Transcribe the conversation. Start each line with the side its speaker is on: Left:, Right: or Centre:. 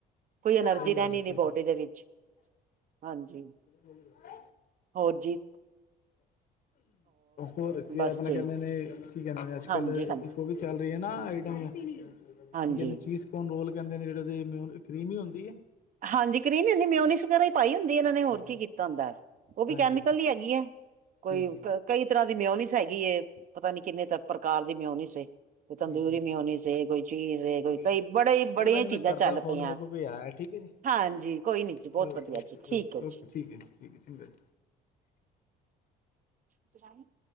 Right: ਕੋਈ ਐਨਰਜੀ
Left: ਸਹੀ
Right: ਰਹਿਣੀ
Left: ਗੱਲ ਹੈ ਸਹੀ
Right: ਨੀ
Left: ਗੱਲ।
Right: ਬੋਡੀ ਦੇ ਵਿੱਚ ਹਾਂਜੀ
Left: ਮਿਲ- ਮਿਲ।
Right: ਹੋਰ ਜੀ,
Left: ਹੋਰ ਕੀ
Right: ਬਸ
Left: ਆਪਣਾ
Right: ਜੀ
Left: ਕਹਿੰਦੇ ਨੇ, ਕੀ ਕਹਿੰਦੇ ਨੇ ਅੱਜ
Right: ਹਾਂਜੀ
Left: ਕੱਲ
Right: ਹਾਂਜੀ
Left: ਚੱਲ ਰਹੀ ਹੈ ਨਾ ਆਈਟਮ ਕੀ
Right: ਹਾਂਜੀ
Left: ਕਹਿੰਦੇ ਚੀਜ਼ ਕੋਨ ਰੋਲ ਕਹਿੰਦੇ ਨੇ ਜਿੜੇ ਇਨ ਕ ਕਰੀਮ ਹੁੰਦੀ ਹੈ।
Right: ਹਾਂਜੀ, ਕਰੀਮ ਹੀ ਹੁੰਦੀ ਹੈ ਮਿਉਨੀਜ ਵਗੈਰਾ ਹੀ ਪਾਈ ਹੁੰਦੀ ਇਹਨਾਂ ਨੇ ਹੋਰ
Left: ਹਾਂਜੀ
Right: ਕੀ ਕੀਤਾ ਹੁੰਦਾ ਉਹ ਵੀ
Left: ਹਾਂਜੀ
Right: ਕੈਮੀਕਲ
Left: ਹਾਂਜੀ
Right: ਦੀ ਹੈਗੀ ਹੈ। ਕੋਈ
Left: ਜੀ ਜੀ
Right: ਕਈ ਤਰ੍ਹਾਂ ਦੀ ਮਿਉਨੀਸ ਹੈਗੀ, ਇਹ ਪਤਾ ਨੀ ਕਿੰਨੇ ਪ੍ਰਕਾਰ ਦੀ ਮਿਉਨੀਸ ਸੀ। ਕੋਈ ਤੰਦੂਰੀ
Left: ਜੀ ਜੀ
Right: ਵੀ ਹੋਣੀ ਸੀ, ਕੋਈ ਚੀਜ਼ ਸੀ,
Left: ਸਹੀ
Right: ਕੋਈ
Left: ਗੱਲ।
Right: ਕਈ ਬੜੇ
Left: ਚਲੋ
Right: ਬੜੀਆਂ
Left: ਭੈਣ ਜੀ
Right: ਚੀਜ਼ਾਂ
Left: ਮੈਂ ਕਰਦਾ
Right: ਚੱਲ
Left: ਫੋਨ
Right: ਪਈਆਂ।
Left: ਮੇਰੇ ਕੋਲ ਕੋਈ ਆਇਆ ਠੀਕ ਹੈ ਜੀ
Right: ਹਾਂਜੀ, ਕੋਈ ਨੀ ਜੀ
Left: ਓਕੇ
Right: ਬਹੁਤ ਵਧੀਆ
Left: ਓਕੇ
Right: ਜੀ ਠੀਕ
Left: ਓਕੇ
Right: ਹੈ
Left: ਓਕੇ
Right: ਜੀ।
Left: ਠੀਕ ਹੈ ਠੀਕ ਹੈ ਚੰਗਾ ਜੀ।
Right: ਤੁ <inaudible> <inaudible>